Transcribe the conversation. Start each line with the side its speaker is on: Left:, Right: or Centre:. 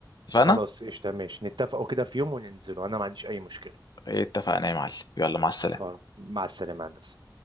Left: اتفقنا
Right: خلاص قشطة ماشي نتفقوا كده في يوم وننزلوا أنا ما عنديش أي مشكلة
Left: اتفقنا يا معلم يلا مع السلامة
Right: خلاص مع السلامة يا هندسة